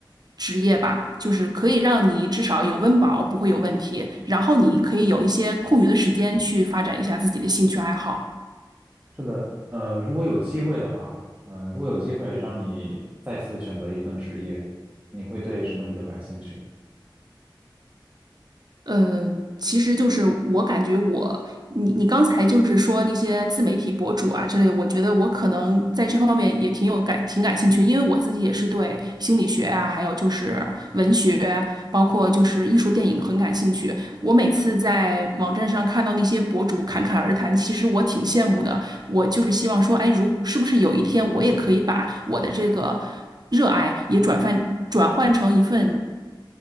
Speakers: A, on the right; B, on the right.
A: 职业吧，就是可以让你至少有温饱，不会有问题。然后你可以有一些空余的时间去发展一下自己的兴趣爱好。
B: 是的，呃，如果有机会的话，呃，如果有机会让你再次选择一份职业，你会对什么比较感兴趣？
A: 嗯，其实就是我感觉我，你你刚才就是说那些自媒体博主啊之类的，我觉得我可能在这方面也挺有感，挺感兴趣，因为我自己也是对心理学啊，还有就是文学，包括就是艺术电影很感兴趣。我每次在网站上看到那些博主侃侃而谈，其实我挺羡慕的。我就是希望说，哎，如是不是有一天我也可以把我的这个热爱也转换转换成一份。